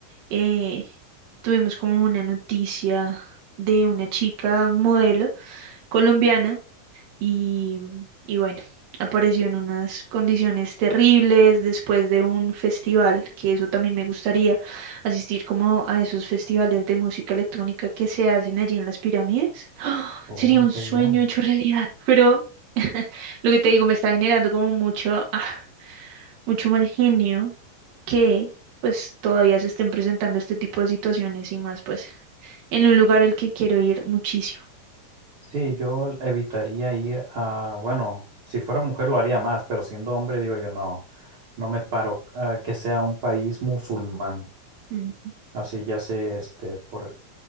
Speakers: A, on the right; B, on the right.
A: eh, tuvimos como una noticia de una chica modelo colombiana y, y bueno, apareció en unas condiciones terribles después de un festival, que eso también me gustaría asistir como a esos festivales de música electrónica que se hacen allí en las pirámides. ¡Ah!
B: Uy,
A: Sería un
B: qué
A: sueño
B: bien.
A: hecho realidad, pero <laughs> lo que te digo me está generando como mucho, ah, mucho mal genio que pues todavía se estén presentando este tipo de situaciones y más pues en un lugar al que quiero ir muchísimo.
B: Sí, yo evitaría ir a, bueno, si fuera mujer lo haría más, pero siendo hombre digo yo no, no me paro ah, que sea un país musulmán,
A: Ujú,
B: así ya sé, este, por,